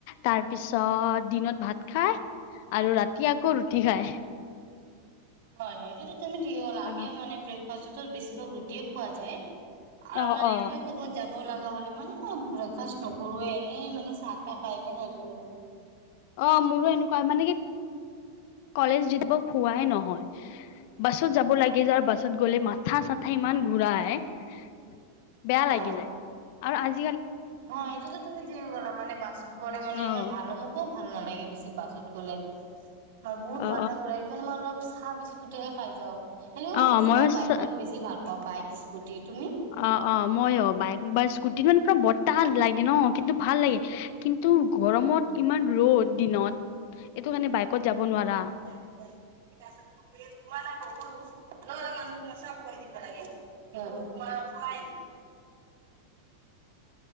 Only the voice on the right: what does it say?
<inaudible>
হয়, হয় যদিটো তুমি ঠিকে ক'লা আমিও
মানে ব্ৰেক ফাৰ্ষ্টত বেছিভাগ ৰুটিয়ে খোৱা যায়, আৰু
মানে কিবা ক'বাত যাব ওলালে। নহ'লে মানে মই ব্ৰেকফাষ্ট নকৰোৱে এনেই মানে চাহ তাহ খাই কেনে এৰো।
হয়
হয় এইটোতো তুমি থিকে ক'লা মানে, বাছত গ'লে মানে
ইমান ভাল ন মোকো ভাল নালাগে বেছি বাছত গ'লে। মই বহুত
মাথা ঘূৰাই কাৰণে মই অলপ চাহ বিস্কুটহে খাই যাওঁ। সেনেকুৱা
বেছি
ভাগ বাইকত বেছি ভাল পাওঁ বাইক স্কুটি। তুমি?
<unintelligible> <unintelligible> ল'ৰা মানুহ <unintelligible> চব কৰি দিবা লাগে <unintelligible> <unintelligible> <unintelligible>